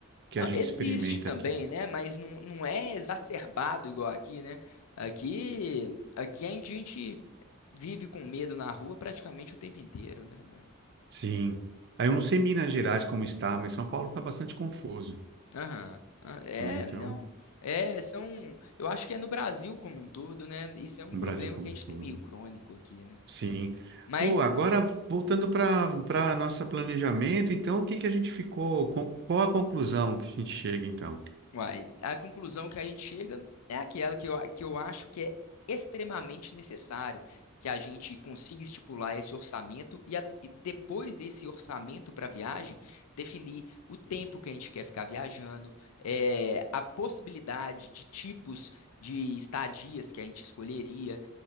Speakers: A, on the right (about 50°); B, on the left (about 80°).
A: Que
B: Não,
A: a gente
B: existe
A: experimenta
B: também,
A: aqui.
B: né? Mas não, não é exacerbado igual aqui, né? Aqui, aqui a gente vive com medo na rua praticamente o tempo inteiro, né? velho?
A: Sim. Aí eu não
B: Isso.
A: sei Minas Gerais como está, mas São Paulo está bastante confuso,
B: Aham. Ah, É,
A: né? Então,
B: não. É, são. Eu acho que é no Brasil como um todo, né? Isso é um
A: no
B: problema
A: Brasil como
B: que a gente
A: um todo.
B: tem meio crônico aqui, né?
A: Sim.
B: Mas.
A: Pô, agora voltando para para nosso planejamento, então o que que a gente ficou, com- qual a conclusão que a gente chega então?
B: Uai, a conclusão que a gente chega é aquela que eu, que eu acho que é extremamente necessário que a gente consiga estipular esse orçamento e, a- e depois desse orçamento para a viagem, definir o tempo que a gente quer ficar viajando, eh, a possibilidade de tipos de estadias que a gente escolheria,